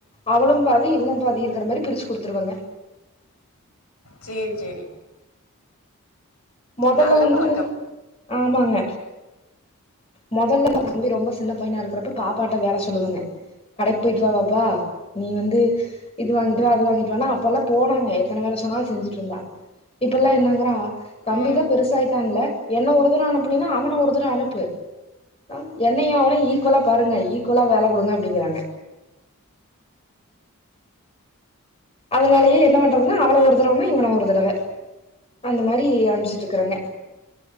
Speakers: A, on the left; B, on the left.
A: அவளு பாதி இவனு பாதி இருக்கிற மாரி பிரிச்சு கொடுத்துருவங்க
B: சேரி சேரி
A: மொதல்ல
B: நல்ல
A: வந்து
B: பழக்கம்
A: ஆமாங்க மொதல்ல நம்ம தம்பி ரொம்ப சின்ன பையனா இருகரப்ப பாப்பாட்ட வேலை சொல்லுவங்க கடைக்கு போயிட்டு வா வாப்பா நீ வந்து இது வாங்கிட்டு வா அது வாங்கிட்டு வானா அப்ப எல்லா போனாங்க எத்தன வேல சொன்னால் செஞ்சிட்டு இருந்தா இப்ப யெல்லா என்னங்கிறா தம்பிதா
B: ம்
A: பெருசாயிட்டான்ல என்ன ஒரு தட அனுப்புனைனா அவன ஒரு தட அனுப்பு அ என்னையு அவனையு ஈக்குவலா பாருங்க ஈக்குவலா வேல கொடுங்க அப்டிங்கறாங்க அதனாலயே என்ன பண்றதுனா அவள ஒரு தடவனா இவன ஒரு தடவ அந்த மாரி அனுபிச்சிட்டு இருக்கறங்க